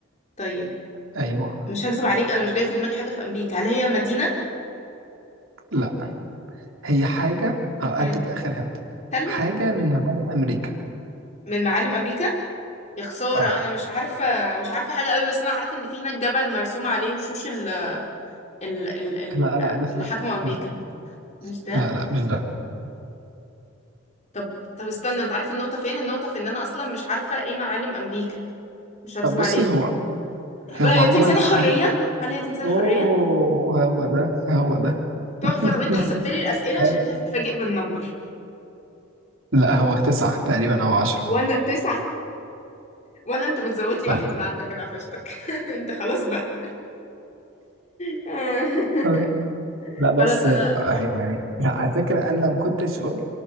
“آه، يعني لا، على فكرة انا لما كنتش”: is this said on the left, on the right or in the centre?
Right